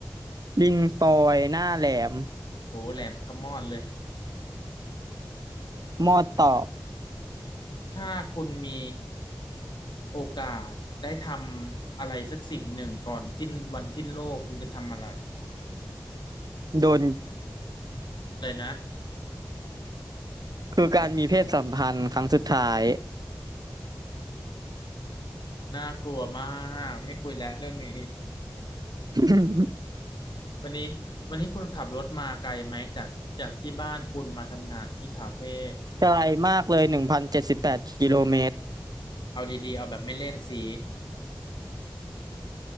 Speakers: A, on the right; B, on the left.
A: ลิงปอยหน้าแหลม
B: โหแหลมขมอดเลย
A: มอดตอบ
B: ถ้าคุณมีโอกาสได้ทำอะไรสักสิ่งหนึ่งก่อนสิ้นวันสิ้นโลกคุณจะทำอะไร
A: โดน
B: อะไรนะ
A: คือการมีเพศสัมพันธ์ครั้งสุดท้าย
B: น่ากลัวมากไม่คุยแล้วเรื่องนี้
A: <laughs>
B: วันนี้วันนี้คุณขับรถมาไกลไหมจากจากที่บ้านคุณมาทำงานที่คาเฟ่
A: ไกลมากเลยหนึ่งพันเจ็ดสิบแปดกิโลเมตร
B: เอาดีๆเอาแบบไม่เล่นสี